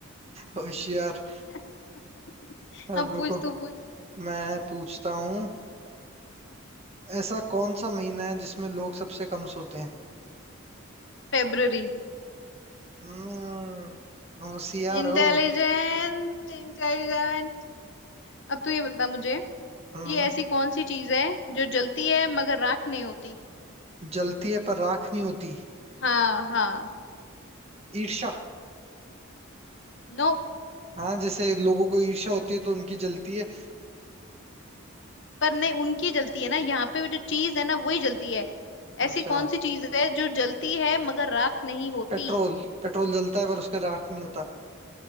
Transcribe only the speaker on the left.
<laughs> <laughs>
अब
पूछ तू पूछ
फेब्ररी
Intelligent
intelligent अब तू ये बता मुझे कि
ऐसी कौन सी चीज है जो जलती है मगर राख नहीं होती
हाँ हाँ
नो
पर नहीं उनकी जलती है ना यहाँ पे जो चीज है ना वही जलती है
ऐसी कौन सी चीज है जो जलती है मगर राख नहीं होती